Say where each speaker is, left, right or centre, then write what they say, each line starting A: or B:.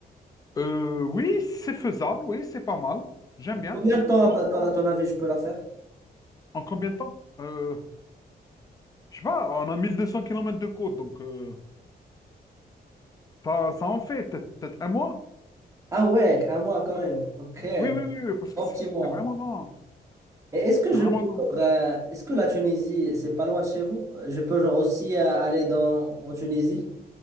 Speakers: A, on the left; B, on the right.
A: Euh, oui, c'est faisable, oui, c'est pas mal. J'aime bien.
B: Combien de temps
A: Bon,
B: à, à ton à ton avis je peux la faire?
A: en combien de temps? Euh, Je sais pas, on a 1200 kilomètres de côte, donc euh, ça, ça en fait peut-être peut-être un mois.
B: Ah ouais, un mois quand même. Ok.
A: Oui, oui, oui, oui, parce que
B: Bon
A: c'est
B: petit mois.
A: c'est vraiment grand.
B: Et Est-ce que
A: C'est
B: je
A: vraiment
B: peux,
A: grand.
B: genre, euh, est-ce que la Tunisie, c'est pas loin de chez vous? Euh, Je peux genre aussi euh, aller dans, en Tunisie